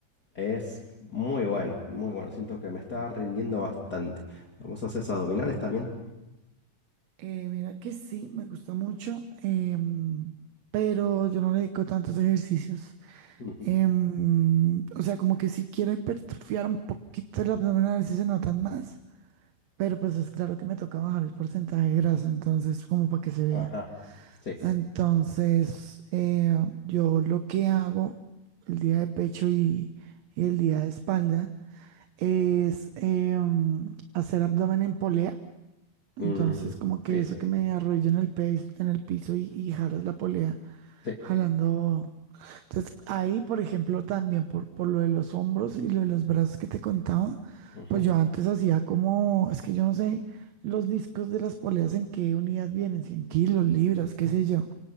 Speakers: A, on the left (about 35°); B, on the right (about 70°).
A: Es muy bueno, muy bueno. Siento que me está rindiendo bastante. Vamos a hacer abdominales también.
B: Eh, mira que sí, me gusta mucho, em, pero yo no le dedico tantos ejercicios.
A: Ujú.
B: Em, o sea, como que si quiero hipertrofiar un poquito el abdomen a ver si se notan más, pero pues es claro que me toca bajar el porcentaje de grasa, entonces como para que se vea.
A: Ajá. Sí.
B: Entonces, eh, yo lo que hago el día de pecho y, y el día de espalda es em, hacer abdomen en polea. Entonces,
A: Ujú.
B: como
A: Sí,
B: que eso
A: sí.
B: que me arrodillo en el, pez- en el piso y, y jaras la polea.
A: Sí.
B: Jalando. Entonces, ahí, por ejemplo, también por, por lo de los hombros y lo de los brazos que te contaba,
A: Ujú.
B: pues yo antes hacía como, es que yo no sé los discos de las poleas en qué unidas vienen, 100 kilos, libras, qué sé yo,